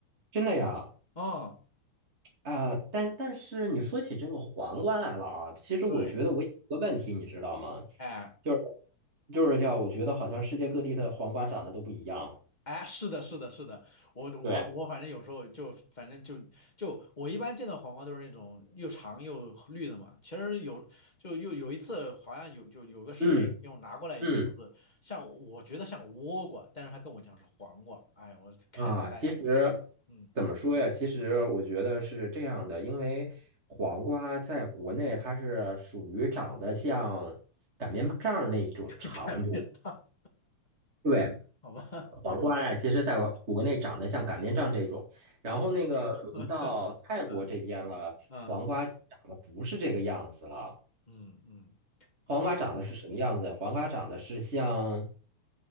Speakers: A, on the right; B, on the left.
A: 真的呀，
B: 啊。
A: 啊，但但是你说起这个黄瓜来了啊，其实我觉得我有一个问题，
B: 对，
A: 你知道吗？
B: 哎
A: 就是就是叫我觉得好像世界各地的黄瓜长得都不一样。
B: 哎，是的，是的，是的，我我我反正有时候就反正就就我一般见到黄瓜都是那种又长又绿的嘛。
A: 对，
B: 其实有就又有一次好像有就有个谁给我拿过来一个就是像我觉得像倭瓜，
A: 嗯嗯。
B: 但是他跟我讲是黄瓜，哎我看呆了给我，
A: 啊，其实怎么说呀？
B: 嗯，
A: 其实我觉得是这样的，因为黄瓜在国内它是属于长得像擀面杖儿那种长度。
B: <laughs> 看面哈。
A: 对，
B: 好吧，
A: 黄瓜呀，
B: <laughs>
A: 其实在国内长得像擀面杖这种，然后那个轮到泰国这边了，
B: 你的形容，嗯嗯
A: 长得不是这个样子了。
B: 嗯嗯，好吧好吧，
A: 黄瓜长得是什么样子？黄瓜长得是像，